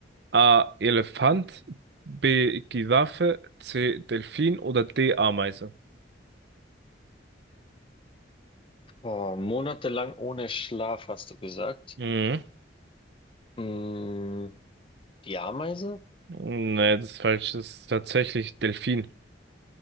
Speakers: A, on the right; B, on the left.
A: A. Elefant, B. Giraffe, C. Delfin oder D. Ameise?
B: Oh, monatelang ohne Schlaf, hast du gesagt.
A: Mhm.
B: Mm, die Ameise?
A: Nee, das ist falsch. Das ist tatsächlich Delfin.